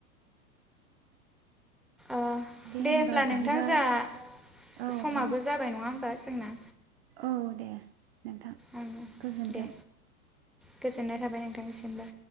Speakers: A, in the centre; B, on the right.
A: अ' दे
B: होमबा
A: होमब्ला
B: बिदिबा
A: नोंथां जोंहा
B: औ
A: समाबो
B: औ
A: जाबाय नङा होमबा जोंना
B: औ दे नोंथां
A: ओं
B: गोजोन्थों
A: दे गोजोननाय थाबाय नोंथांनिसिमबो